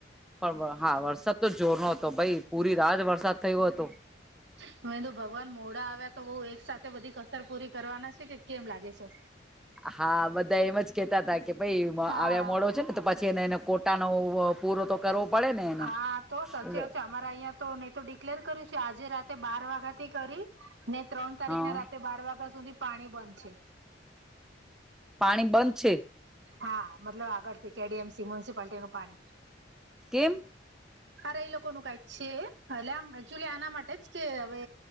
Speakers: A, in the centre; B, on the right.
A: પણ હા વરસાદ તો જોર ન હતો ભાઈ પૂરી રાત વરસાદ થયો હતો.
B: હ તો ભગવાન મોડા આવ્યા તો બઉુ એક સાથે બધી કસર પૂરી કરવાના છે કે કેમ લાગે છે
A: હા બધા એમ જ કેતા હતા. કે ભાઈ
B: હા
A: આવ મોડો છે ને તો પછી એને એને કોટાનો પૂરો તો કરવો પડે ને એને
B: હા તો
A: એટલે
B: સાચી વા અમારા અહીિયાં તો નહી તો ડિક્લેર કર્યું છે આજે રાતે બાર વાગ્યા થી કરી ને ત્રણ તારીખ
A: હા
B: ના રાતે બાર વાગ્યા સુધી પાણી બંધ છે
A: પાણી બંધ છે.
B: હા મતલબ આગળ થી કેડીએમસી મ્યુનિસિપાલટી નું પાણી
A: કેમ
B: અરે એ લોકો ન કઈક છે એટ આમ એકચુલી આના માટે જ કે હવે